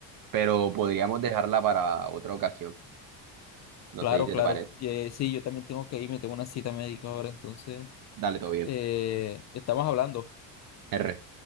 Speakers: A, on the right (about 45°); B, on the left (about 40°).
A: pero podríamos dejarla para otra ocasión.
B: Claro,
A: No sé si
B: claro.
A: te parece.
B: Que sí, yo también tengo que irme, tengo una cita médica ahora, entonces
A: Dale, todo bien.
B: eh, estamos hablando.
A: R.